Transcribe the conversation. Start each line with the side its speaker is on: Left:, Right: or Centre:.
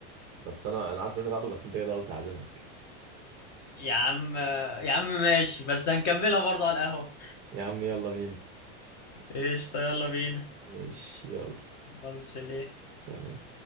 Right: بس انا انا عارف ان انت تعادل بس انت كده قلت هعزمك
Left: يا عم يا عم ماشي بس هنكملها برضه على القهوة
Right: يا عم يلا بينا
Left: ايش يلا بينا
Right: ماشي يلا
Left: خلص ليه
Right: سلام